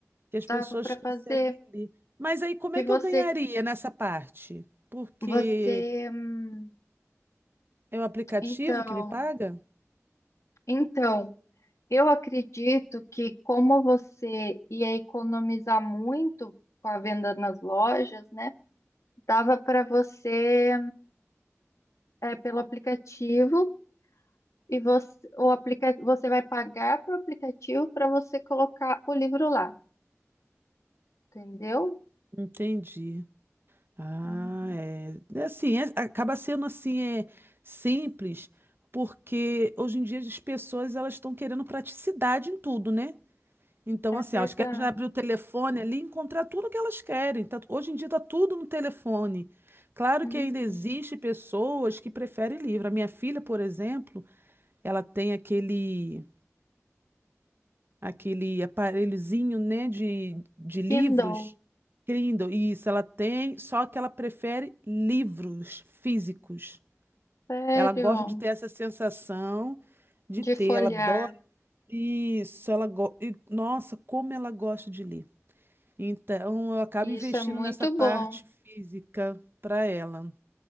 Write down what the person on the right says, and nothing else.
que as
pessoas
conseguem
ler. Mas aí como
é
que eu ganharia nessa parte? Porque
é o aplicativo
que me paga?
Entendi. Ah,
é. É Assim, é- acaba sendo assim, é simples, porque hoje em dia as pessoas elas estão querendo praticidade em tudo, né? Então,
assim,
elas querem já abrir o telefone ali e encontrar tudo que elas querem. Tá- hoje em dia está tudo no telefone. Claro
que ainda existe pessoas que preferem livro. A minha filha, por exemplo, ela tem aquele aquele aparelhozinho, né, de, de livros.
Kindle Isso, ela tem, só que ela prefere livros físicos.
Ela gosta de ter essa sensação de
ter,
ela adora isso, ela go... e, nossa, como ela gosta de ler. Então, eu acabo
investindo
nessa parte
física para ela.